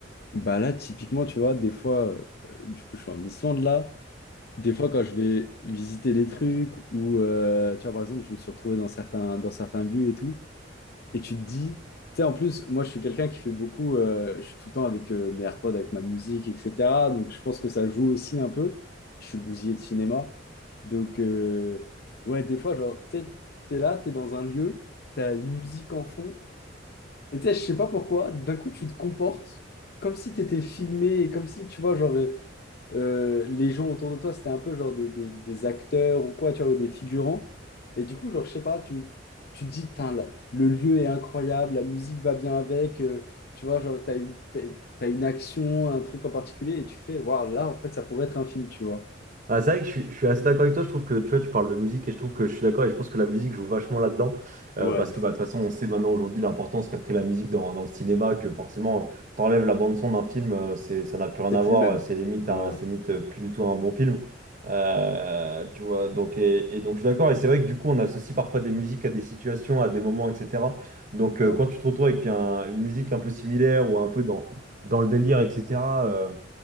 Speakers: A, on the left; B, on the right.
A: Bah là, typiquement, tu vois, des fois, euh, du coup, je suis en Islande là. Des fois, quand je vais visiter des trucs ou, euh, tu vois, par exemple, je me suis retrouvé dans certains, dans certains lieux et tout. Et tu te dis, tu sais, en plus, moi, je suis quelqu'un qui fait beaucoup, euh, je suis tout le temps avec euh, mes AirPods, avec ma musique, etc. Donc, je pense que ça joue aussi un peu. Je suis bousillé de cinéma. Donc, euh, ouais, des fois, genre, tu sais, t'es là, t'es dans un lieu, t'as une musique en fond. Et tu sais, je sais pas pourquoi, d'un coup, tu te comportes comme si t'étais filmé, et comme si, tu vois, genre, euh, euh, les gens autour de toi, c'était un peu genre des, des- des acteurs ou quoi, tu vois, ou des figurants. Et du coup, genre, je sais pas, tu, tu te dis, Tain, la- le lieu est incroyable, la musique va bien avec, euh, tu vois, genre, t'as une, t'as, t'as une action, un truc en particulier, et tu fais, waouh, là, en fait, ça pourrait être un film, tu vois.
B: Ah, c'est vrai que je suis, je suis assez d'accord avec toi. Je trouve que tu vois, tu parles de musique et je trouve que je suis d'accord et je pense que la musique joue vachement là-dedans euh,
A: Ouais,
B: parce
A: de
B: que
A: fou.
B: bah, de toute façon, on sait maintenant aujourd'hui l'importance qu'a pris la musique dans, dans le cinéma. Que forcément, euh, t'enlèves la bande son d'un film, euh, c'est, ça n'a plus rien
A: C'est
B: à
A: plus
B: voir.
A: le même.
B: euh, C'est limite,
A: Ouais,
B: un, c'est limite euh, plus du tout un bon film. Euh, tu vois, donc et, et donc je suis d'accord. Et c'est vrai que du coup, on associe parfois des musiques à des situations, à des moments, etc. Donc euh,
A: grave.
B: quand tu te retrouves avec un- une musique un peu similaire ou un peu dans, dans le délire, etc. Euh,